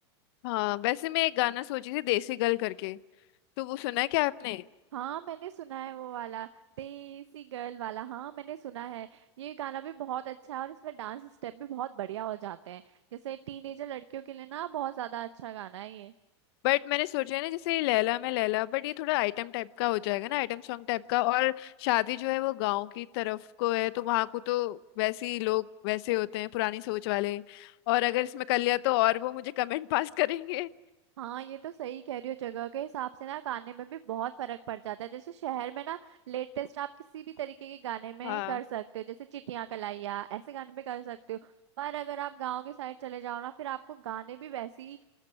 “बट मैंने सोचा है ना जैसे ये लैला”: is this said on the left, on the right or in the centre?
Left